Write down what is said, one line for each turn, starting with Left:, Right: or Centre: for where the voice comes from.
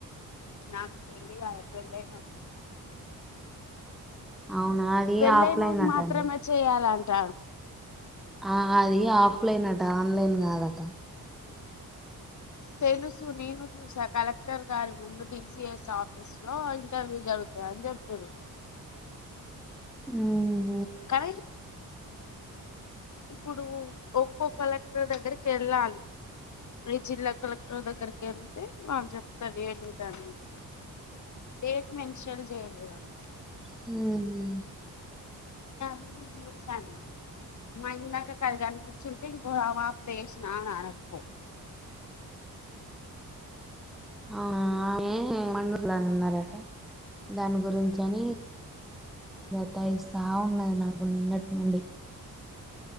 Left: నాకు పెళ్లి అవసరంలే
Centre: అవునా అది
Left: పెళ్ళైనోళ్
Centre: ఆఫ్లైన్ అట
Left: మాత్రమే
Centre: అండి
Left: చెయ్యాలంట
Centre: ఆ అది ఆఫ్లైన్ అట ఆన్లైన్ గాదట
Left: తెలుసు నేను చూసా కలెక్టర్ గారి ముందు డి సి ఎస్ ఆఫీస్ లో ఇంటర్వ్యూ జరుగుతు అని జప్పిరు
Centre: మ్మ్
Left: కని ఇప్పుడు ఒక్కో కలెక్టర్ దగ్గరికెళ్ళాలి మీ జిల్లా కలెక్టర్ దగ్గరికి ఎళ్తే వాళ్ళు జెప్తారు ఏడేటా అనేది డేట్ మెన్షన్ జెయలేదందులో
Centre: హ్మ్
Left: న్యూస్ జూసాను మా ఇందాక కది గనిపించుంటే ఇంకో వాప్లు ఏసినా అనకు
Centre: ఆ ఆమి వందుర్లహందరట దాని గురించని గత్తాయిస్తావున్నది నాకు నిన్నటి నుండి